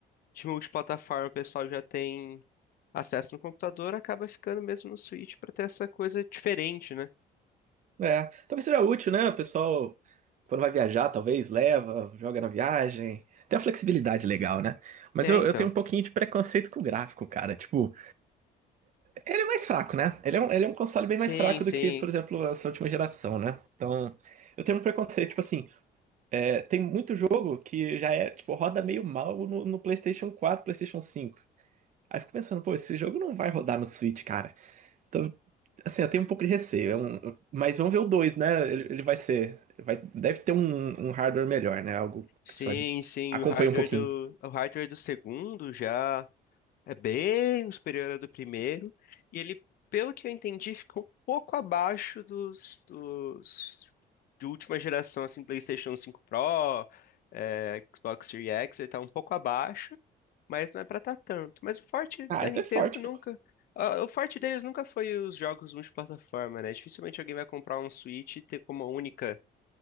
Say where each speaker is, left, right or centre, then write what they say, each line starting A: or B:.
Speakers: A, on the left; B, on the right.
A: de multiplataforma o pessoal já tem acesso no computador, acaba ficando mesmo no Switch para ter essa coisa diferente, né?
B: É, talvez seja útil, né? O pessoal, quando vai viajar, talvez leva, joga na viagem. Tem a flexibilidade legal, né? Mas
A: É,
B: eu,
A: então.
B: eu tenho um pouquinho de preconceito com o gráfico, cara. Tipo, ele é mais fraco, né? Ele é um, ele é um console bem
A: Sim,
B: mais fraco
A: sim.
B: do que, por exemplo, essa última geração, né? Então, eu tenho um preconceito. Tipo assim, é, tem muito jogo que já é, tipo, roda meio mal no, no PlayStation quatro PlayStation cinco Aí eu fico pensando, pô, esse jogo não vai rodar no Switch, cara. Então, Assim, eu tenho um pouco de receio. é um- Mas vamos ver o dois né? Ele, ele vai ser. Vai... Deve ter um, um hardware melhor, né? Algo
A: Sim,
B: que só
A: sim,
B: acompanha
A: o hardware
B: um pouquinho.
A: do, o hardware do segundo já. É bem superior ao do primeiro. E ele, pelo que eu entendi, ficou um pouco abaixo dos, dos de última geração, assim, PlayStation cinco Pro, é, Xbox Series X, ele tá um pouco abaixo, mas não é pra tá tanto. Mas o forte
B: Ah,
A: da
B: então
A: Nintendo
B: é forte,
A: nunca.
B: pô.
A: ah, O forte deles nunca foi os jogos multiplataforma, né? Dificilmente alguém vai comprar um Switch e ter como única,